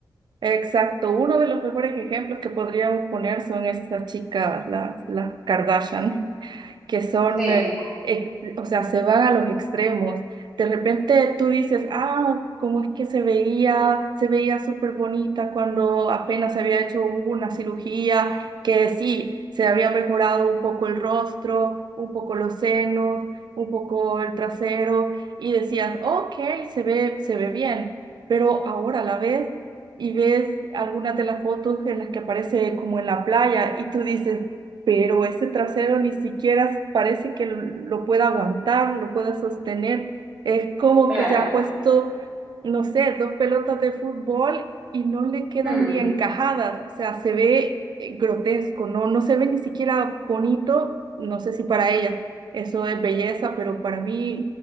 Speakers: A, on the right; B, in the centre.
A: Exacto, uno de los mejores ejemplos que podríamos poner son estas chicas, las, las Kardashian que son,
B: Sí,
A: eh, ex- o sea, se van a los extremos. De repente tú dices, ah, cómo es que se veía, se veía súper bonita cuando apenas se había hecho una cirugía, que sí, se había mejorado un poco el rostro, un poco los senos, un poco el trasero, y decías, ok, se ve, se ve bien, pero ahora la ves y ves algunas de las fotos en las que aparece como en la playa y tú dices, pero ese trasero ni siquiera parece que lo pueda aguantar, lo pueda sostener. Es como
B: claro.
A: que se ha puesto, no sé, dos pelotas de fútbol y no le quedan
B: Hmm.
A: ni encajadas. O sea, se ve eh, grotesco, no, no se ve ni siquiera bonito. No sé si para ellas eso es belleza, pero para mí